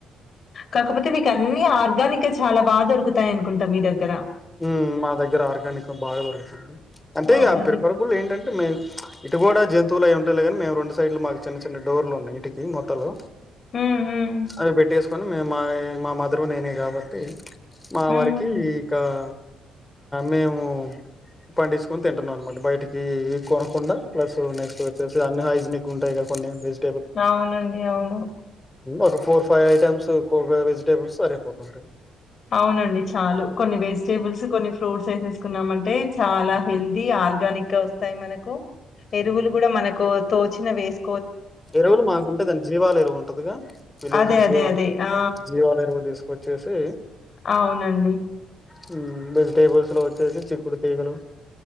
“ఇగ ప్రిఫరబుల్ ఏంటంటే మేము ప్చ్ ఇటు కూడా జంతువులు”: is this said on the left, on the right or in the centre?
Left